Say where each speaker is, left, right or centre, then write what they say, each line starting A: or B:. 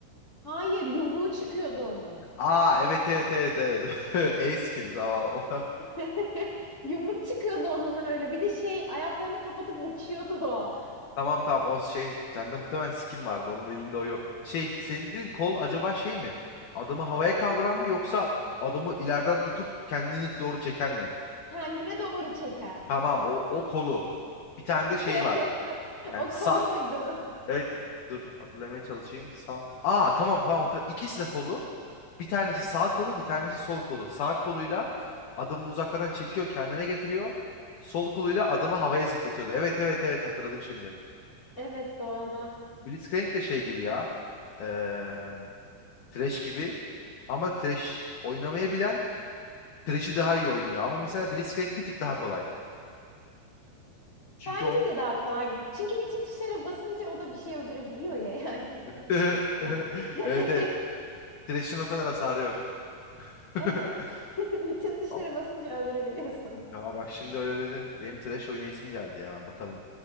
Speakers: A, on the left; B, on the left.
A: hayır, yumruğu çıkıyordu onun.
B: Aa evet evet evet evet. <laughs> E skill'i tamam. <laughs>
A: <laughs> Yumruk çıkıyordu onun öyle. Bir de şey ayaklarını kapatıp uçuyordu o.
B: Tamam tamam o şey sende muhtemelen skin vardı onun elinde o yok. Şey senin dediğin kol acaba şey mi? Adamı havaya kaldıran mı yoksa adamı ileriden tutup kendini doğru çeken mi?
A: Kendine doğru çeken.
B: Tamam o o kolu. Bir tane
A: <laughs>
B: de şey var. Yani
A: O
B: sağ
A: kolu muydu?
B: evet dur hatırlamaya çalışayım. Sağ. Aa tamam tamam hatırladım İkisi de kolu. Bir tanesi sağ kolu bir tanesi sol kolu. Sağ koluyla adamı uzaklardan çekiyor kendine getiriyor. Sol koluyla adamı havaya zıplatıyordu. Evet evet evet hatırladım şimdi.
A: Evet doğru.
B: Blitzcrank de şey gibi ya. Eee Thresh gibi. Ama Thresh oynamayı bilen Thresh'i daha iyi oynuyor. Ama mesela Blitzcrank bir tık daha kolay. Çünkü
A: Bence
B: onun...
A: de daha kolay. Çünkü bütün tuşlara basınca o da bir şey öldürebiliyor ya. Yani o konuda
B: <laughs>
A: daha kolay. <laughs>
B: Evet evet. Thresh'in o kadar hasarı yok. <laughs>
A: Evet. <laughs> Bütün tuşlara
B: Ama
A: basınca öldürebiliyorsun.
B: ya bak şimdi öyle dedin. Benim Thresh oynayasım geldi ya. Bakalım.